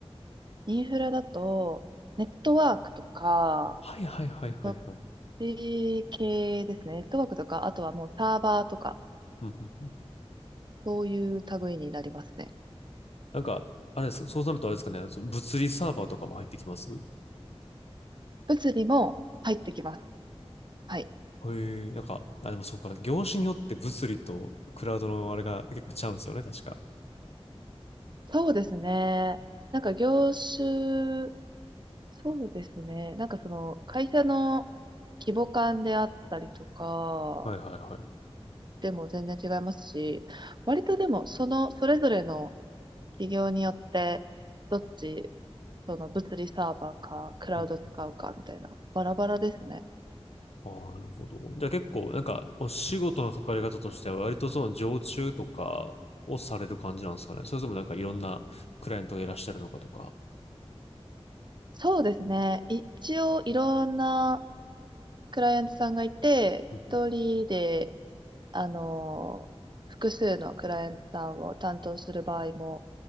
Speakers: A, on the right; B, on the left.
A: インフラだと、ネットワークとか、
B: はいはいはいはいはい。
A: そっち系ですね。ネットワークとか、あとはもうサーバーとか、
B: うんうんうん
A: そういう類になりますね。
B: なんか、あれですか、そうなるとあれですかね、その物理サーバーとかも入ってきます
A: 物理も入ってきます。はい。
B: へえ、なんか、あ、でもそうか、業種によって物理とクラウドのあれが結構ちゃうんですよね、確か。
A: そうですね。なんか業種、そうですね。なんかその、会社の規模感であったりとか、
B: はいはいはい。
A: でも全然違いますし、割とでも、その、それぞれの企業によって、どっち、その物理サーバーか、クラウド使うかみたいな、
B: うんうん
A: バラバラですね。
B: ああ、なるほど。じゃあ結構、なんか、お仕事の関わり方としては、割とその常駐とかをされる感じなんですかね。それともなんかいろんなクライアントがいらっしゃるのかとか。
A: そうですね。一応、いろんなクライアントさんがいて、
B: うんうん
A: 一人で、あの、複数のクライアントさんを担当する場合も